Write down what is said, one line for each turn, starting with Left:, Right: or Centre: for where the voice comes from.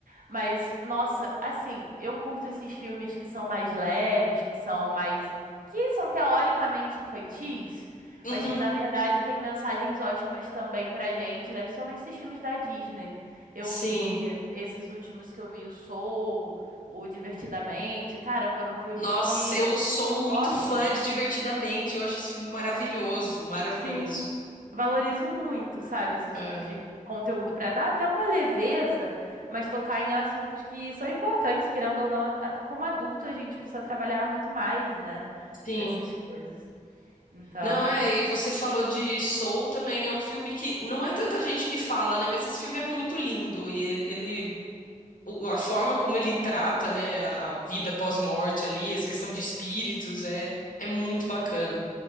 Right: Mas, nossa, assim, eu curto esses filmes que são mais leves, que são mais. que são teoricamente infantis,
Left: Uhum,
Right: mas que na verdade têm mensagens ótimas também pra gente, né? Principalmente esses filmes da Disney. Eu
Left: sim.
Right: vi esses últimos que eu vi, o Soul, o Divertidamente. Cara, foram filmes
Left: Nossa,
Right: que.
Left: eu sou muito
Right: Nossa.
Left: fã de Divertidamente. Eu acho esse filme maravilhoso, maravilhoso.
Right: Sim, valorizo muito, sabe, esse
Left: É.
Right: tipo de conteúdo para dar até uma leveza, mas tocar em assuntos que são importantes, querendo ou não, até como adulto a gente precisa trabalhar muito mais, né?
Left: Sim.
Right: Essas coisas. Então,
Left: Não, é, e você falou de Soul também, é um filme que não é tanta gente que fala, né? Mas esse filme é muito lindo e ele, ele- o- a forma como ele trata, né, a a vida pós-morte
Right: uhum,
Left: ali, essa questão de espíritos, é, é muito
Right: sim.
Left: bacana.